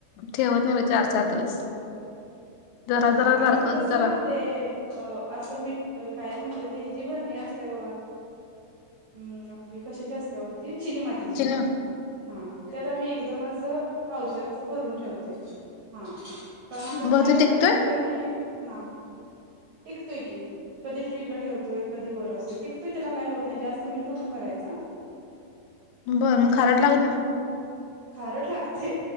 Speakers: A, on the left (about 85°); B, on the right (about 70°).
A: ठेवत नाही मी चार चार दिवस जरा
B: अ
A: जरा सारखं
B: आमच्यात कसं
A: जरा
B: ते असं काय म्हणत ते हजी भरणी असते बघा अम् आपली कशाची असते्या होती चिनी मातीचे
A: चिनी
B: हा त्यात आम्ही एकदम अस पावसरच करून ठेवतोय हा कारण आमच्यात
A: बर
B: खायला
A: ते टिकतोय
B: पण लागतय आणि ना टिकतोय की कधी फ्रीजला ठेवतोय कधी वर असतोय टिककतोय त्याला काय होत नाही जास्त मीठ घालून करायचं
A: बर मग खारट लागत नाही
B: खारट लागते